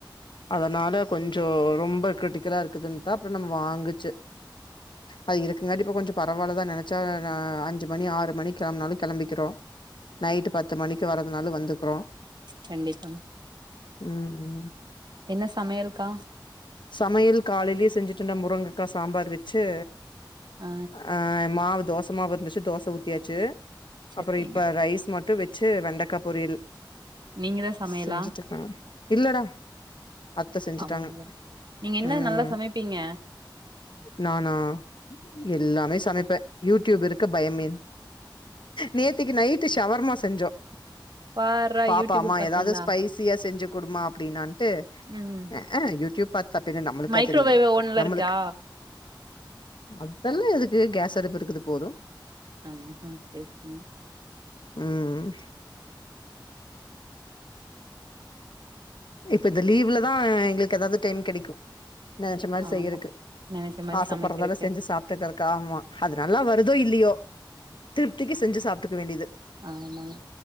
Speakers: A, on the left; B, on the right.
A: அதனால கொஞ்சோ ரொம்ப கிரிடிகல்லா இருக்குதுன்தா அப்றோ நம்மோ வாங்குச்சு அது இருக்குங்காட்டி இப்ப கொஞ்சோ பரவாலதா நெனச்சா நா அஞ்சு மணி ஆறு மணிக் கெளம்புனாலு கெளம்பிக்கிறோ நைட்டு பத்து மணிக் கு வரதுனாலு வந்துக்குறோ
B: கண்டிப்பா
A: ம் ம்
B: என்ன சமையல்க்கா
A: சமையல் காலேலயே செஞ்சுட்டன்டா முருங்கக்கா சாம்பார் வச்சு
B: ஆ
A: அ மாவு தோசமாவு இருந்திச்சு தோச ஊத் தியாச்சு
B: சரி,
A: அப்புறோ
B: சரிங்க.
A: இப்ப ரைஸ் மட்டு வெச் ச்சு வெண்டக்கா பொரியல்
B: நீங்க தா சமையலா
A: செஞ்சுட்டுருக்காங்க இல்லடா அத்த செஞ்சுட்டாங்க
B: அவங்கள நீங்க என்ன
A: ம்
B: நல்லா சமைப்பீங்க
A: நானா எல்லாமே சமைப்பே யூடியூப் இருக்க பயமேன் நேத்திக்கு நைட்டு சவர்மா செஞ்சோம்
B: பார்றா
A: பாப்பா
B: யூடியூப
A: அம்மா
B: பாத்துங்களா
A: ஏதாவது ஸ்பைசியா செஞ்சு குடும்மா அப்டின்னான் ட்டு
B: ம்
A: அஹ யூட்டூயூப் தப்டினா நம்மளுக்கா
B: மைக்ரோவேவ்
A: தெரியுது
B: ஓன்ல
A: நம்மளுக்கு
B: இருக்கா
A: அதெல்லா எதுக்கு கேஸ் அடுப்பு இருக்குது போதும்
B: ஆ அ சரி சரிங்க
A: ம் இப்ப இந்த லீவ்லதா எங்களுக்கு ஏதாவது டைம் கெடைக்கும் நெனைச்சமாரி
B: ஆமா
A: செய்யறக்கு
B: நெனைச்ச மாரி
A: ஆசைப்படுறதெலா
B: சமைக்கிறக்கு
A: செஞ்சு சாப்ட்டுக்கற காமா அது நல்லா வருதோ இல்லையோ திருப்திக்கு செஞ்சு சாப்ட்டுக்க வேண்டியது
B: ஆமாங்க